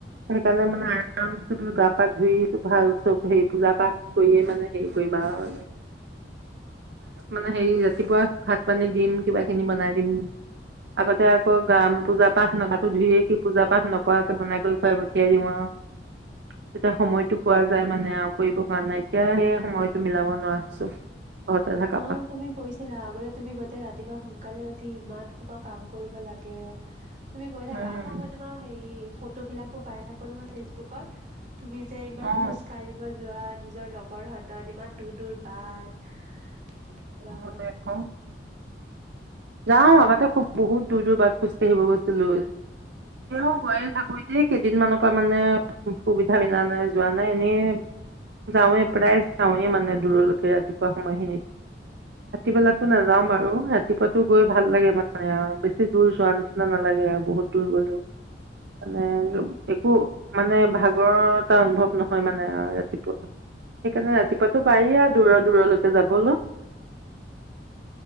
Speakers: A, on the right; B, on the right.
A: সেইকাৰণে মানে আ নাম চ গা পা ধুই ভাল চব হেৰি পূজা পাঠ কৰিয়ে মানে হেৰি কৰিম আৰু মানে হে ৰাতিপুৱা ভাত পানী দিম কিবা কিনি বনাই দিম আগতে আকৌ
B: অ
A: গাম পূজা পাঠ না গাটো ধুই আহি পূজা পাঠ নকৰাকে বনাই কৰি খুৱাই পঠিয়াই দিওঁ আও তেতিয়া সময়টো পোৱা যায় মানে আও কৰিব কাৰণে এতিয়া সেই সময়তো মিলাব নোৱাৰা হৈছো ঘৰতে থাকা
B: অ
A: পা
B: তুমি কৈছিলা আগতে তুমি গোটে ৰাতিপুৱা সোনকালে উ ঠি ইমান সোপা কাম কৰিব লাগে তুমি গৈ থাকা
A: উম
B: আকৌ মই তোমাৰ হেৰি ফটোবলাকো পাই থাকো নহয় ফেচবুকত তুমি যে ইমান
A: অ
B: খোজ কঢ়িব যোৱা নিজৰ লগৰ হাতত ইমান দূৰ দূৰ বাট কা
A: হয় আক যাও আগতে খুব বহুত দূৰ দূৰ বাট খোজকাঢ়িব গৈছিলো এতিয়াও গৈে থাকোতে কেইদিনমানানৰ পৰা মানে সুবিধা মিলা নাই যোৱা নাই এনে যাওঁৱেই প্ৰায় যাওঁৱেই মানে দূৰলৈকে ৰাতিপুৱা সময়খিনিত ৰাতি পেলাো নাযাও বাৰু ৰাতিপুৱা ৰাতিপুৱা গৈ ভাল লাগে মানে আৰু বেছি দূৰ যোৱা নিচিনা নালাগে আৰু বহুত দূৰ গলেও মানে একো মানে ভাগৰ এটা অনুভৱ নহয় মানে ৰাতিপুৱা সেইকাৰণে ৰাতিপুৱটো পাৰি আৰু দূৰৰ দূৰলৈকে যাবলৈ